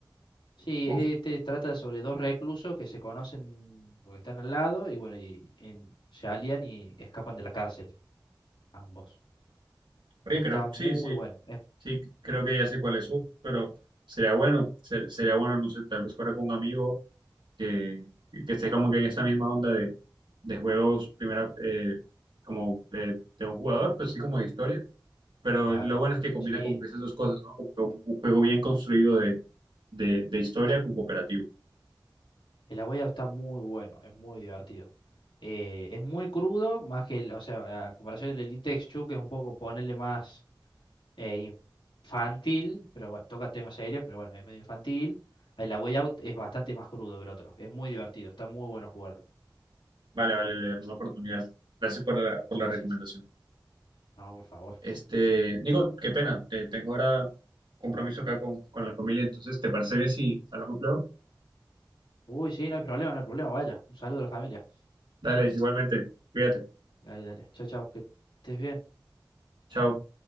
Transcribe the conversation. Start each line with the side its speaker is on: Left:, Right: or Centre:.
Left: Sí,
Right: Uf,
Left: este trata sobre dos reclusos que se conocen porque están al lado y bueno, y en- se alían y escapan de la cárcel, ambos.
Right: oye,
Left: Está
Right: creo,
Left: muy
Right: sí, sí,
Left: bueno, es
Right: sí, creo que ya sé cuál es, Uf, pero sería bueno, se- sería bueno, no sé, tal vez fuera con un amigo que, que esté como que en esta misma onda de, de juegos, primera, eh, como eh, de un jugador, pues sí, como de historia pero
Left: claro.
Right: lo bueno es que combina
Left: Sí,
Right: como que esas dos cosas, ¿no? Como que un, un juego bien construido de, de, de historia con cooperativo.
Left: el abuelo está muy bueno, es muy divertido. Eh, es muy crudo, más que, el- o sea, a comparación del Elite Exchu, que es un poco ponerle más eh, infantil, pero bueno, toca temas serios, pero bueno, es medio infantil. El la Way Out es bastante más crudo que el otro, es muy divertido, está muy bueno jugarlo.
Right: Vale, vale, le daré una oportunidad. Gracias por la, por
Left: Sí,
Right: la recomendación.
Left: sí. sí. No, por favor.
Right: Este, Nico, qué pena, te, tengo ahora compromiso acá con, con la familia, entonces, ¿te parece bien si hablamos luego?
Left: Uy, sí, no hay problema, no hay problema, vaya. Un saludo a la familia.
Right: Dale, igualmente, cuídate,
Left: Dale, dale. Chao, chao, que estés bien.
Right: chao.